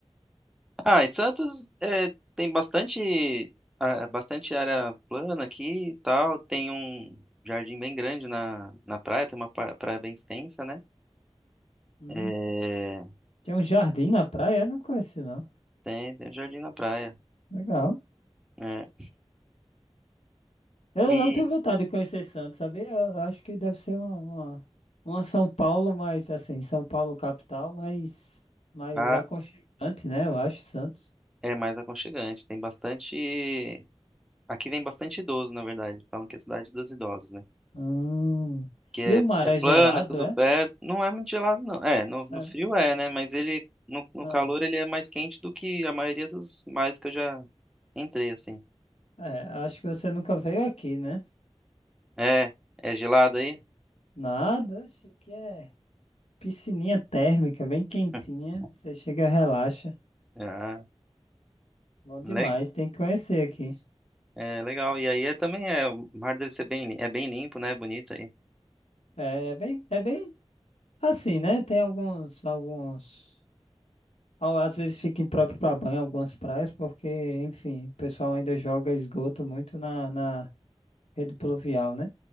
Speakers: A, in the centre; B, on the left.
A: Ah, em Santos é, tem bastante, ah, bastante área plana aqui e tal. Tem um jardim bem grande na, na praia, tem uma pra- praia bem extensa, né?
B: Hum,
A: É,
B: tem um jardim na praia? Eu Não conheço, não.
A: Tem, tem um jardim na praia.
B: Legal.
A: É.
B: Eu,
A: E
B: eu tenho vontade de conhecer Santos, sabe? Eu, eu acho que deve ser uma, uma, uma São Paulo, mas assim, São Paulo capital, mas mais
A: a,
B: aconchegante, né? Eu acho, Santos.
A: é mais aconchegante. Tem bastante. Aqui vem bastante idoso, na verdade. Falam que é a cidade dos idosos, né?
B: Hum.
A: Que
B: E o mar
A: é,
B: é
A: é plano,
B: gelado,
A: é tudo
B: é?
A: perto. Não é muito gelado, não. É, no, no
B: Ah,
A: frio é, né? Mas ele, no, no
B: ah.
A: calor, ele é mais quente do que a maioria dos mares que eu já entrei, assim.
B: é, acho que você nunca veio aqui, né?
A: É, é gelado aí?
B: Nada, acho que é piscininha térmica, bem quentinha.
A: <laughs>
B: Você chega, relaxa.
A: Ah,
B: Bom demais,
A: le-
B: tem que conhecer aqui.
A: é legal. E aí é, também é. O mar deve ser bem, lim- é bem limpo, né? Bonito aí.
B: É, é bem, é bem assim, né? Tem alguns, alguns. Ao- Às vezes fica impróprio para banho algumas praias, porque, enfim, o pessoal ainda joga esgoto muito na, na rede pluvial, né?